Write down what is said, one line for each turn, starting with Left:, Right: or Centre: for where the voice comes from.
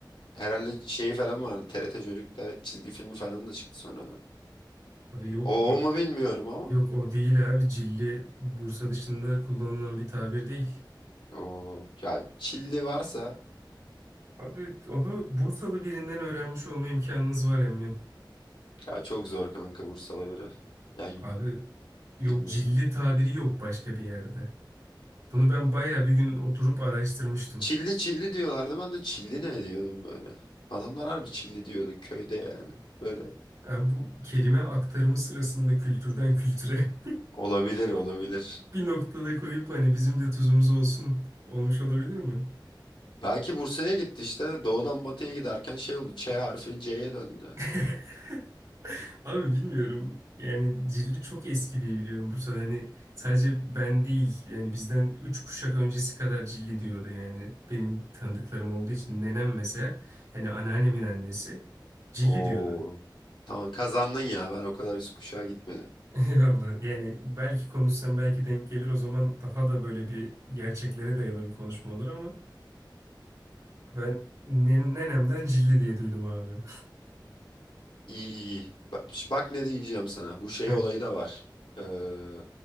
Left: Herhalde şeyi falan vardı. TRT Çocuk'ta çizgi filmi falan da çıktı sonra
Right: Abi yok
Left: O,
Right: ya.
Left: o mu bilmiyorum ama.
Right: Yok o değil abi. Cilli Bursa dışında kullanılan bir tabir değil.
Left: O ya Çilli varsa
Right: Abi onu Bursalı birinden öğrenmiş olma imkanınız var emmim.
Left: ya çok zor kanka Bursalı biri. Ya y-
Right: Abi yok
Left: bilmiyorum.
Right: cilli tabiri yok başka bir yerde. Bunu ben bayağı bir gün oturup araştırmıştım.
Left: Çilli çilli diyorlardı. Ben de çilli ne diyordum böyle. Adamlar harbi çilli diyordu köyde yani. Böyle
Right: Ya bu kelime aktarımı sırasında kültürden kültüre
Left: olabilir olabilir.
Right: <laughs> bir noktada koyup hani bizim de tuzumuz olsun olmuş olabilir mi?
Left: Belki Bursa'ya gitti işte. Doğudan batıya giderken şey oldu. Ç harfi C'ye döndü.
Right: <laughs> Abi bilmiyorum. Yani Cilli çok eski diye biliyorum Bursa'da. Hani sadece ben değil yani bizden 3 kuşak öncesi kadar Cilli diyordu yani. Benim tanıdıklarım olduğu için nenem mesela hani anneannemin annesi Cilli
Left: Oo.
Right: diyordu.
Left: Tamam kazandın ya. Ben o kadar üst kuşağa gitmedim.
Right: <laughs> Vallahi yani belki konuşsam belki denk gelir o zaman daha da böyle bir gerçeklere dayalı bir konuşma olur ama Ben ne- nenemden cilli diye duydum abi. <laughs>
Left: İyi iyi. Bak, bak ne diyeceğim sana. Bu şey
Right: Heh,
Left: olayı da var. Ee,